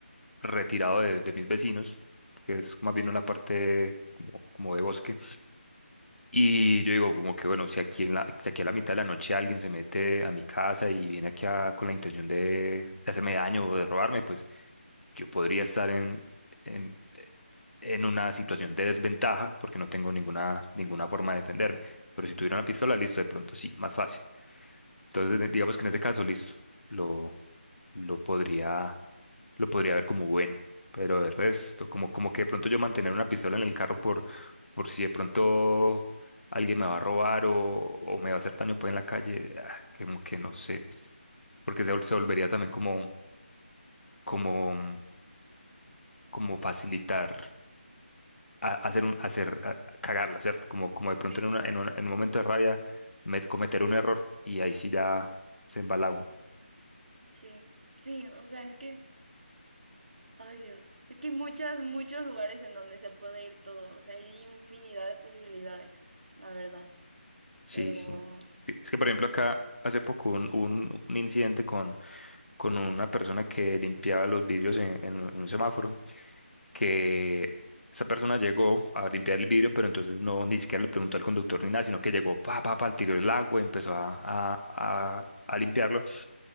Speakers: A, on the left (about 80°); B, on the right (about 50°).
A: retirado de, de mis vecinos, que es más bien una parte como, como de bosque. Y yo digo, como que bueno, si aquí, en la, si aquí a la mitad de la noche alguien se mete a mi casa y viene aquí a- con la intención de, de hacerme daño o de robarme, pues yo podría estar en, en, en una situación de desventaja porque no tengo ninguna, ninguna forma de defenderme. Pero si tuviera
B: Sí,
A: una pistola, listo, de pronto sí, más fácil. Entonces, de- digamos que en ese caso, listo, lo, lo podría lo podría ver como bueno, pero de resto, como, como que de pronto yo mantener una pistola en el carro por, por si de pronto alguien me va a robar o, o me va a hacer daño pues en la calle, ah, como que no sé, porque se, vol- se volvería también como, como, mm, como facilitar a- hacer un, hacer, a- a cagarla, ¿cierto? Como, como de pronto
B: sí,
A: en una, en una- en un momento de rabia me- cometer un error y ahí sí ya se embala uno.
B: sí, sí, o sea, es que... Ay, Dios. Es que hay muchas, muchos lugares en donde se puede ir todo. O sea, hay infinidad de posibilidades, la verdad.
A: Sí,
B: Pero,
A: sí. Es que, es que, por ejemplo acá hace poco un, un un incidente con una persona que limpiaba los vidrios en, en un en un semáforo, que esa persona llegó a limpiar el vidrio, pero entonces no, ni siquiera le preguntó al conductor ni nada, sino que llegó, pa, pa, pa, tiró el agua, empezó a, a, a, a limpiarlo,